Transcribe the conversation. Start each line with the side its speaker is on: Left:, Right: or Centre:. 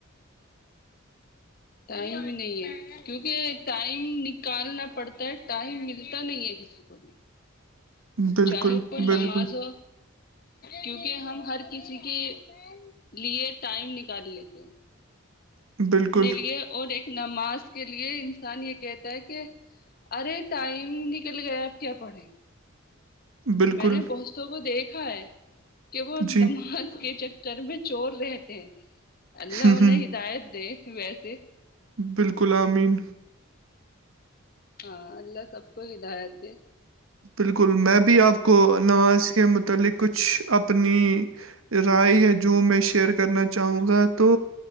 Left: ٹائم ہی نہیں ہے کیونکہ ٹائم نکالنا پڑتا ہے ٹائم ملتا نہیں ہے کسی کو بھی
Right: بالکل،
Left: چاہے وہ
Right: بالکل،
Left: نماز ہو کیونکہ ہم ہر کسی کے لیے ٹائم نکال لیتے ج
Right: بالکل،
Left: اپنے لیے اور ایک نماز کے لیے انسان یہ کہتا ہے کہ ارے ٹائم نکل گیا اب کیا پڑھیں
Right: بالکل،
Left: میں نے بہتوں کو دیکھا ہے کہ وہ
Right: جی،
Left: نماز کے چ چر میں چور رہتے ہیں اللہ
Right: ہوں،
Left: انہیں
Right: ہوں،
Left: ہدایت دے ویسے
Right: بالکل امین
Left: ہاں اللہ سب کو ہدایت دے
Right: بالکل میں بھی آپ کو نماز کے متعلق کچھ اپنی رائے یا جو میں شیئر کرنا چاہوں گا تو